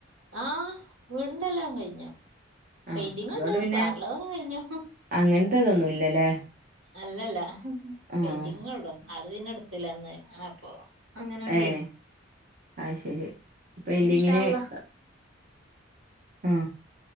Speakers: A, on the right; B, on the right.
A: ആഹ് വീടിന്റെല്ലാം കഴിഞ്ഞു
B: ആഹ്
A: പെയിന്റിങ്ങ്ണ്ട്
B: അതോണ്ട് പിന്നെ
A: വേറെള്ളൊതൊക്കെ കഴിഞ്ഞു
B: അങ്ങനത്തെതൊന്നുല്ലല്ലേ?
A: അല്ലല്ല
B: ആഹ്
A: പെയിന്റിങ്ങൊള്ളു അത് പിന്നെ ഇട്ത്തിലെ അന്ന് അപ്പൊ അങ്ങനെട്ടെ
B: ഏഹ് അയ്ശെരി പെയിന്റിങ്ങ്ന്
A: ഇൻഷാ അള്ളാ
B: ആഹ് ആഹ്